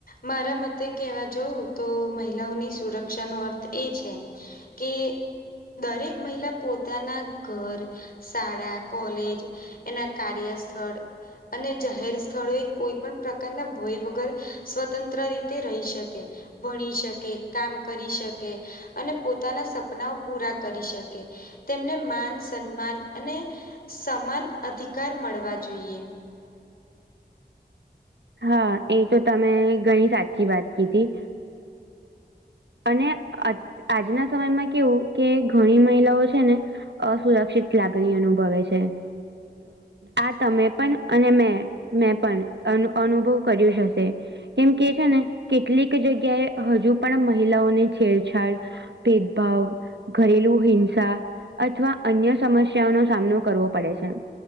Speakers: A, on the left; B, on the right.
A: મારા મતે કહેવા જોવ તો મહિલાઓની સુરક્ષાનો અર્થ એ છે કે દરેક મહિલા પોતાના ઘર શાળા કોલેજ એના કાર્ય સ્થળ અને જાહેર સ્થળો એ કોઈ પણ પ્રકારના ભય વગર સ્વતંત્ર રીતે રહી શકે ભણી શકે કામ કરી શકે અને પોતાના સપનાઓ પૂરા કરી શકે તેમને માન સન્માન અને સમાન અધિકાર મળવા જોઈએ.
B: હા એ તો તમે ઘણી સાચી વાત કીધી. અને આજના સમયમાં કેવું કે ઘણી મહિલાઓ છે ને અસુરક્ષિત લાગણી અનુભવે છે આ તમે પણ અને મેં મેં પણ અનુ અનુભવ કર્યું હશે. કેમ કે છે ને કેટલીક જગ્યાએ હજુ પણ મહિલાઓને છેડછાડ ભેદભાવ ઘરેલુ હિંસા અથવા અન્ય સમસ્યાઓનો સામનો કરવો પડે છે.